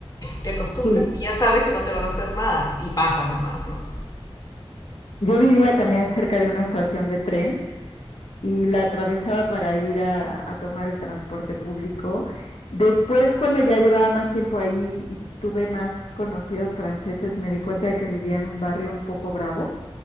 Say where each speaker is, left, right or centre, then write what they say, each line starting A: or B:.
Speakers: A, on the left; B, on the left.
A: te acostumbras
B: sí.
A: y ya sabes que no te van a hacer nada y pasas nomás, ¿no?
B: Yo vivía también cerca de una estación de tren y la atravesaba para ir a, a tomar el transporte público. Después, cuando ya llevaba más tiempo ahí y tuve más conocidos franceses, me di cuenta de que vivía en un barrio un poco bravo,